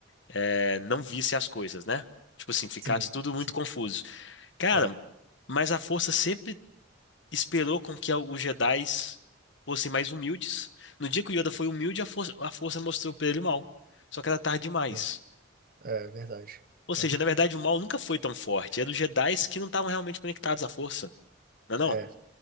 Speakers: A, on the left; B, on the right.
A: eh, não visse as coisas, né? Tipo assim, ficasse
B: Sim,
A: tudo muito
B: sim.
A: confuso. Cara,
B: É,
A: mas a força sempre esperou com que os Jedis fossem mais humildes. No dia que o Yoda foi humilde, a força, a força mostrou pra ele o mal. Só que era tarde demais.
B: né? é, é verdade.
A: Ou seja,
B: É,
A: na verdade, o mal nunca foi tão forte. Era os Jedis que não estavam realmente conectados à força. Não é não?
B: é.